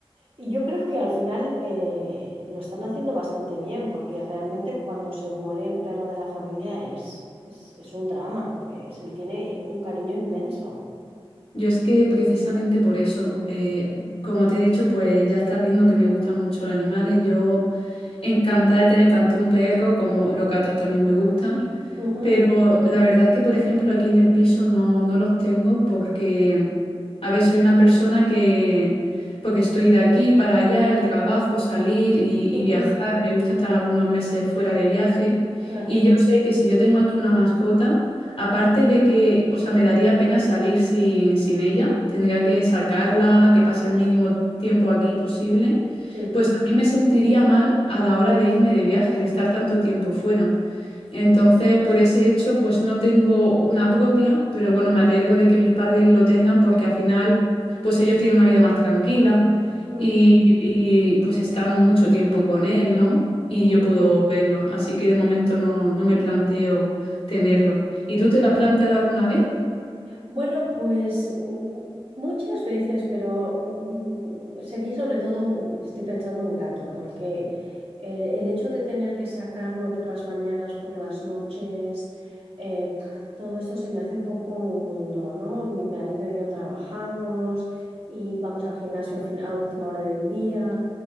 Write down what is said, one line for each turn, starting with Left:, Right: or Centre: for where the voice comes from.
Right: y yo creo que al final eh, lo están haciendo bastante bien, porque realmente cuando se muere el perro de la familia es, es, es un drama, porque se le tiene un cariño inmenso.
Left: Yo es que precisamente por eso, eh, como te he dicho, pues ya estás viendo que me gustan mucho los animales. Yo encantada de tener tanto un perro como los gatos también me gustan.
Right: Ujú,
Left: Pero la verdad es que, por ejemplo, aquí en el piso no, no los tengo porque a ver, soy una persona que, porque estoy de aquí para allá, el trabajo, salir y,
Right: ujú,
Left: y viajar, me gusta estar algunos meses fuera de viaje.
Right: claro,
Left: Y yo sé que si yo tengo aquí una mascota, aparte de que, o sea, me daría pena salir sin, sin ella, tendría que sacarla, que pase el mínimo tiempo aquí posible,
Right: sí.
Left: pues también me sentiría mal a la hora de irme de viaje, de estar tanto tiempo fuera. Entonces, por ese hecho, pues no tengo una propia, pero bueno, me alegro de que mis padres lo tengan porque al final, pues ellos tienen una vida más tranquila
Right: Ujú,
Left: y, y, pues están mucho tiempo con él, ¿no? Y yo
Right: ujú.
Left: puedo verlo. Así que de momento no, no me planteo tenerlo. ¿Y tú te lo has planteado alguna vez?
Right: Bueno, pues mm, muchas veces, pero mm, mm, sería sobre todo, mm, estoy pensando en un gato, porque eh, el hecho de tener que sacarlo por las mañanas, por las noches, eh, pf, todo esto se me hace un poco un mundo, ¿no? Mi marido y yo trabajamos y vamos al gimnasio a, fin- a última hora del día.